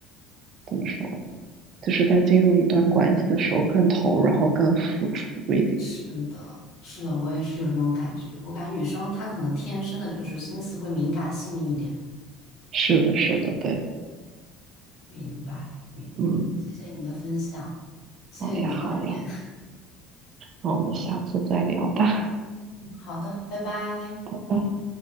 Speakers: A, on the right; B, on the left.
A: 怎么说，就是在进入一段关系的时候更投入，然后更付出一点。
B: 是的，是的，我也是有这种感觉，我感觉女生她可能天生的就是心思会敏感细腻一点。
A: 是的，是的，对。
B: 明白，明白，
A: 嗯。
B: 谢谢你的分享，谢谢你的观点。
A: 好呀，好呀，
B: <laughs>
A: 那我们下次再聊吧。
B: 嗯好的，拜拜。
A: 拜拜